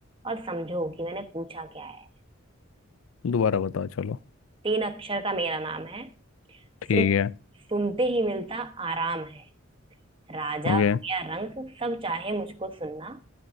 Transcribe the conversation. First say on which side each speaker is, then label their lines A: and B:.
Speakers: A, on the right (about 25°); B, on the left (about 80°).
A: और समझो कि मैंने पूछा क्या है
B: दोबारा बताओ चलो
A: तीन अक्षर का मेरा नाम है
B: ठीक
A: सुन
B: है
A: सुनते ही मिलता आराम है राजा
B: ओके
A: हो या रंक सब चाहे मुझको सुनना